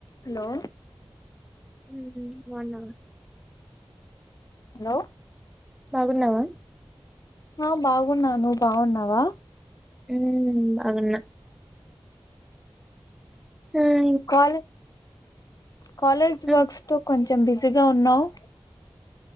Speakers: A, on the left; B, in the centre.
A: Hello
B: హ హ ఒన్
A: హలో
B: బాగున్నావా
A: ఆ బాగున్నాను బాగున్నావా
B: ఉ అదన్న హ
A: కాల్ కాలేజ్
B: హ్మ్.
A: వర్క్స్ తో కొంచ చెం బిజీగా ఉన్నావ్